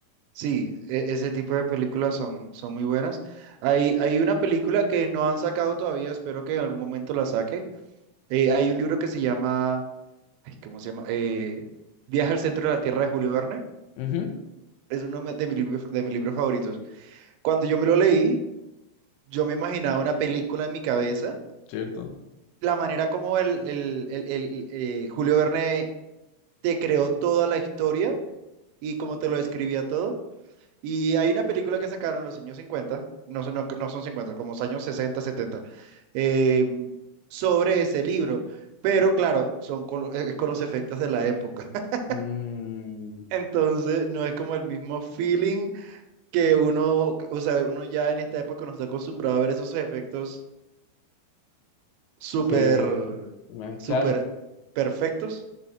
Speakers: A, on the right (about 80°); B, on the left (about 80°).
A: Sí, e- ese tipo de películas son, son muy buenas. Hay, hay una película que no han sacado todavía, espero que en algún momento la saque. Eh, hay un libro que se llama, ay, ¿cómo se llama? Eh, Viaje al centro de la Tierra de Julio Verne.
B: Ujú,
A: Es uno me- de, mi libro- de mis libros favoritos. Cuando yo me lo leí, yo me imaginaba una película en mi cabeza.
B: cierto.
A: La manera como el, el- el- el, eh, Julio Verne te creó toda la historia y cómo te lo describía todo. Y hay una película que sacaron en los años cincuenta no, son- no, no son 50, como los años sesenta setenta eh, sobre ese libro. Pero claro, son con, lo- es con los efectos de la época. <laughs>
B: Mm,
A: Entonces, no es como el mismo feeling que uno, o sea, uno ya en esta época no está acostumbrado a ver esos efectos súper,
B: se- ma-
A: súper
B: claro.
A: perfectos.